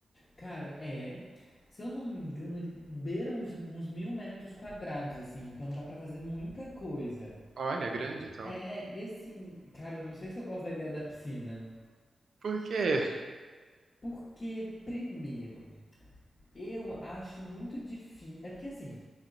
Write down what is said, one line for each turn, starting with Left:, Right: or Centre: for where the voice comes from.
Left: Cara, é, se eu não me engano, ele beira uns, uns mil metros quadrados, assim, então dá pra fazer muita coisa.
Right: Olha, grande, então.
Left: É, e assim, cara, eu não sei se eu gosto da ideia da piscina,
Right: Por quê?
Left: porque, primeiro, eu acho muito difícil, é porque assim,